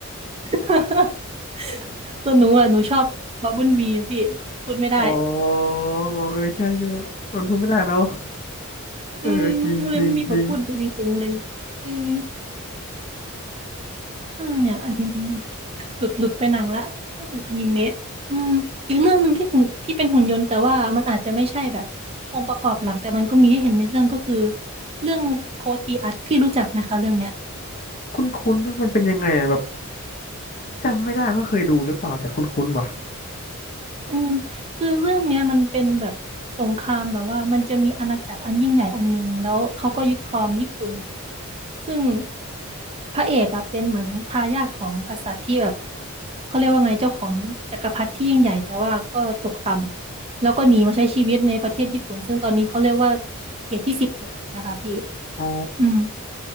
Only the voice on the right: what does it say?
<laughs> ส่วนหนูอ่ะหนูชอบบับเบิลบีอะพี่พูดไม่ได้
อืมก็เลยไม่มีบทพูดเก่งๆเลยอืมเออเนี่ยอนิเมะหลุดหลุดไปหนังละพูดถึงอนิเมะอืมอีกเรื่องหนึ่งที่ถึงที่เป็นหุ่นยนต์แต่ว่ามันอาจจะไม่ใช่แบบองค์ประกอบหลักแต่มันก็มีให้เห็นในเรื่องก็คือเรื่องโคดกีอัสพี่รู้จักไหมคะเรื่องเนี้ย
อืมคือเรื่องเนี้ยมันเป็นแบบสงครามแบบว่ามันจะมีอาณาจักรอันยิ่งใหญ่อันหนึ่งแล้วเขาก็ยึดครองญี่ปุ่นซึ่งพระเอกอะเป็นเหมือนทายาทของกษัตริย์ที่แบบเขาเรียกว่าไงเจ้าของจักรพรรดิที่ยิ่งใหญ่แต่ว่าก็ตกต่ำแล้วก็หนีมาใช้ชีวิตในประเทศญี่ปุ่นซึ่งตอนนี้เขาเรียกว่าเขตที่สิบเอ็ดนะคะพี่
อืม